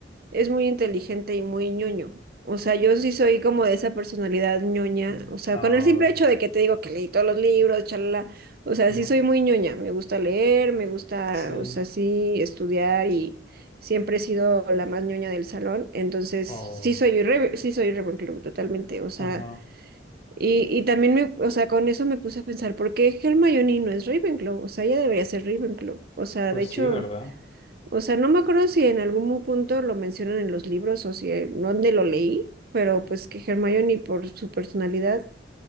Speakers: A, on the right; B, on the left.
A: es muy inteligente y muy ñoño. O sea, yo sí soy como de esa personalidad ñoña.
B: Mm.
A: O sea,
B: Ay,
A: con el simple hecho de que te digo que leí todos los libros, chalala. O sea,
B: no,
A: sí soy muy ñoña. Me gusta leer, me gusta,
B: sí.
A: o sea, sí, estudiar y siempre he sido la más ñoña del salón. Entonces,
B: Oh,
A: sí soy, Rave- sí soy Ravenclaw, totalmente. O sea,
B: ajá.
A: Y, y también me, o sea, con eso me puse a pensar, ¿por qué Hermione no es Ravenclaw? O sea, ella debería ser Ravenclaw. O sea,
B: Pues
A: de hecho,
B: sí, ¿verdad?
A: o sea, no me acuerdo si en algún punto lo mencionan en los libros o si en dónde lo leí, pero pues que Hermione por su personalidad